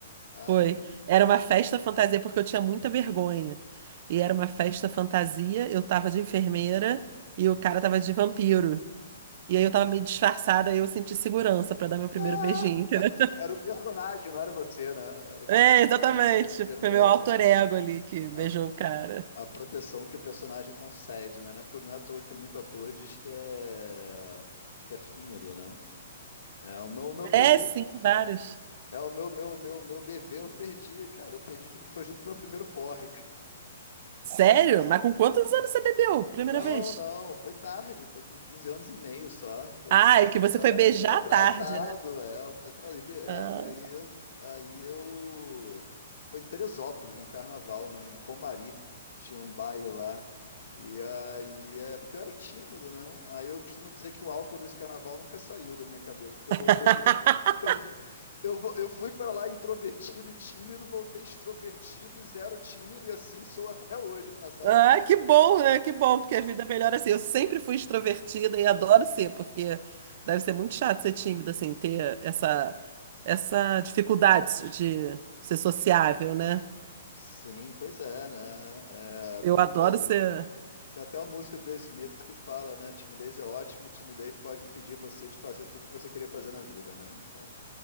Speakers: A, on the left; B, on the right.
A: Ah,
B: Foi.
A: não.
B: Era uma festa fantasia, porque eu tinha muita vergonha. E era uma festa fantasia, eu tava de enfermeira e o cara tava de vampiro. E aí eu
A: Ah,
B: tava meio disfarçada, aí eu senti segurança pra dar meu primeiro
A: Ah,
B: beijinho, entendeu?
A: era o personagem, não era você, né? Era o
B: É,
A: personagem,
B: exatamente.
A: era a enfermeira.
B: Tipo, Foi meu alter ego ali que beijou
A: A,
B: o cara.
A: a proteção que o personagem concede, né? Não é Por, não é à toa que muito ator diz que é, que é tímido, né? É o meu, o meu primeiro.
B: É, sim, vários.
A: É, é o meu, meu, meu, meu bebê, eu perdi, cara. Eu perdi, de- foi junto com o meu primeiro porre,
B: Sério? Mas com quantos anos você bebeu? Primeira
A: Não,
B: vez?
A: não, foi tarde, foi com 15 anos e meio só. Foi,
B: Ah,
A: foi-
B: é que você
A: eu
B: foi
A: era,
B: beijar
A: fui atrasado,
B: à tarde, né?
A: é, eu fui atrasado. E, be- é,
B: Ah.
A: e aí, eu- aí eu. Foi em Teresópolis, no carnaval, né? Em Comari, tinha um baile lá. E aí, é porque eu era tímido, né? Aí eu costumo dizer que o álcool desse carnaval nunca saiu da minha cabeça, porque eu
B: <laughs>
A: voltei outra. <laughs> Eu, eu, vo- eu fui pra lá introvertido e tímido, voltei extrovertido e zero tímido, e assim sou até hoje, passadas
B: Ah,
A: décadas.
B: que bom, né? Que bom, porque a vida é melhor assim. Eu sempre fui extrovertida e adoro ser, porque deve ser muito chato ser tímida, assim, ter essa, essa dificuldade de ser sociável, né?
A: Sim, pois é, né? É, como
B: Eu adoro
A: tem, até
B: ser.
A: tem até uma música do The Smiths que fala, né? Timidez é ótimo, timidez pode impedir você de fazer tudo que você queria fazer na vida, né? Então,